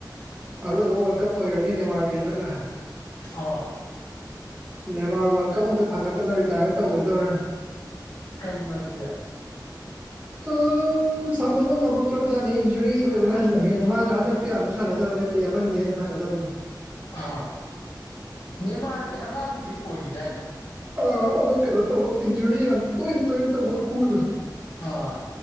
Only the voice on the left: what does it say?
ꯑꯥ
ꯀꯩꯒꯤꯅꯣ ꯑꯗꯨꯗ꯭
ꯑꯥ ꯅꯦꯃꯥꯔꯁꯦ ꯑꯉꯥꯡꯗꯤ ꯑꯣꯏꯈꯤꯗꯥꯏꯅꯦ
ꯑꯥ